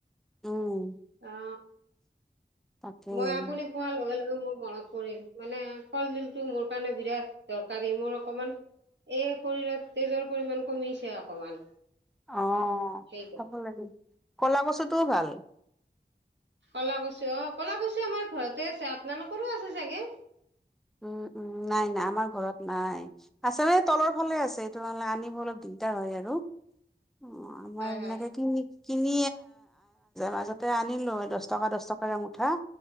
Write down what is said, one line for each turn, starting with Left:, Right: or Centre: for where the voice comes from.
Centre: উম।
Right: আহঁ।
Centre: তাকেই
Right: মই আপুনি খোৱাৰ লগে লগে। মোৰ মনত পৰিল মানে কলদিলটো মোৰ কাৰণে বিৰাট দৰকাৰী মোৰ অকমান। এই শৰীৰত তেজৰ পৰিমাণ কমিছে অকমান।
Centre: অঁ
Right: সেইকাৰ
Centre: খাব লাগে, কলা কচুটোও ভাল।
Right: কলাকচু অঁ ক'লাকচু আমাৰ ঘৰতে আছে আপোনালোকৰো আছে চাগে।
Centre: উম উম নাই নাই আমাৰ ঘৰত নাই আছে মানে তলৰ ফালে আছে, এইটো আনিব লে অলপ। দিগদাৰ হয় আৰু অঁ আমাৰ
Right: হয় হয়
Centre: এনেকে কিনি। কিনি মাজতে আনিলো দহ টকা দহ টকাৰ মুঠা